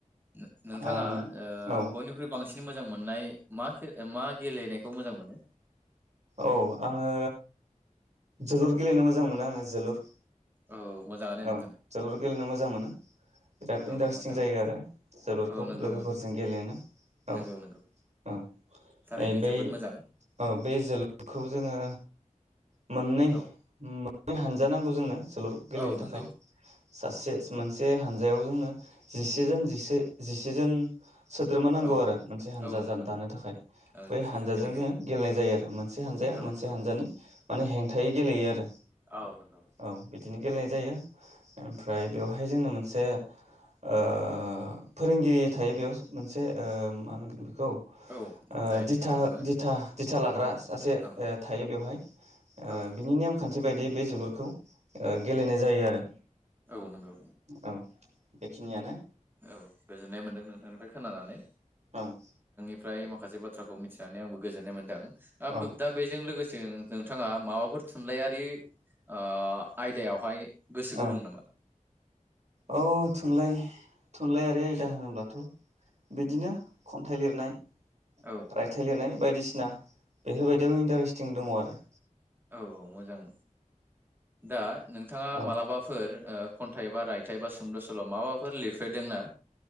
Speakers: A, on the right; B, on the right.
A: नों नोंथाङा
B: आं
A: ओ
B: औ
A: बयनिख्रुइ बांसिन मो मोजां मोननाय मा खे मा गेलेनायखौ मोजां मोनो?
B: औ आङो जोलुर गेलेनो मोजां मोनो आङो जोलुर।
A: औ मोजाङानो
B: औ
A: नोंथां
B: जोलुर गेलेनो मोजां मोनो बिराद
A: औ
B: इन्टारेस्टिं
A: मोजां
B: जायो आरो जोलुरखौ
A: औ नंगौ
B: लोगोफोरजों गेलेनो। औ
A: नंगौ नंगौ
B: औ
A: थारैनो
B: ओ बै
A: जोबोद मोजां
B: औ बे जोलुरखौ जोङो मोननै
A: औ
B: उम मा ना हानजा नांगौ जोंनो। जोलुर गेलेनो
A: औ
B: थाखाय
A: नंगौ
B: सासे मोनसे हानजायाव जोंनो जिसेजोन जिसे जिसेजोन सोद्रोमा नांगौ
A: औ
B: आरो मोनसे हानजा
A: औ
B: जा
A: नंगौ
B: दानो थाखाय
A: ओ
B: बै
A: डिसिजन
B: हानजाजों
A: गेलेगिरि
B: जोङो गेलेनाय जायो आरो मोनसे हानजाया
A: औ
B: मोनसे
A: नंगौ
B: हानजानि माने हेंथायै गेलेयो आरो
A: औ नंगौ।
B: औ बिदिनो गेलेनाय जायो ओमफ्राय बेवहाय जोंनो मोनसे ओ फोरोंगिरि थायो बेयाव मोनसे ओ मा होनगोन बे खौ ओ
A: औ जायनोखि
B: दिथा
A: बुङो
B: दिथा दिथा लाग्रा सासे ओ
A: औ
B: थायो बेवहाय। <inaudible> ओ
A: औ नंगौ
B: बिनि नेमखान थि बायदियै बे जोलुरखौ ओ गेलेनाय जायो आरो।
A: औ नंगौ।
B: औ बेखिनियानो।
A: औ गोजोननाय मोन्दों नोंथांनिफ्राय खोनानानै।
B: औ।
A: ओमफ्राय माखासे बाथ्राखौ मिथिनानै आंबो गोजोन्नाय मोनदों दा
B: औ
A: बो दा बेजों लोगोसे नोंथाङा माबाफोर थुनलाइयारि ओ आयदायावहाय गोसो
B: औ
A: गुदुं नामा?
B: औ थुनलाइ थुनलाइयारि आयदा होनोब्लाथ' बिदिनो खन्थाइ लिरनाय
A: औ
B: रायथाइ लिरनाय बायदिसिना बेफोरबायदियाव इन्टारेस्टिं दङ आरो।
A: औ औ मोजां दा नोंथाङा
B: औ
A: मालाबाफोर ओ खन्थाइ बा रायथाइ बा सुंद' सल' माबाफोर लिरफेरदों ना?